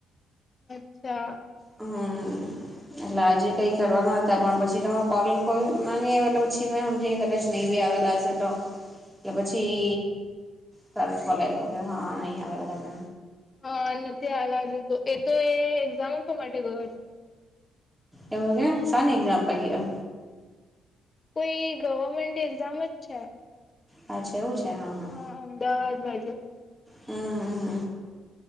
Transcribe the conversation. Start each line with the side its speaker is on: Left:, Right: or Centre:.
Left: અચ્છા
Centre: હમ એટલે આજે કઈ કરવાના હતા પણ પછી તમારો કોલ કોઈ ના નઈ એટલે પછી મેં સમજી કદાચ નિ બી આવેલા તો એટલે પછી તારો કોલ આવ કે હા અહીં આવેલા તમે
Left: હા નથી આયેલા હજુ તો એ તો એ એક્ઝામ આપવા માટે ગયો છે.
Centre: એવું એમ એક્ઝામ આપવા ગીયો
Left: કોઈ ગવર્મેન્ટ એક્ઝામ જ છે.
Centre: હા છે એવું છે હા હા
Left: અમદાવાદ બાજુ
Centre: હમ હ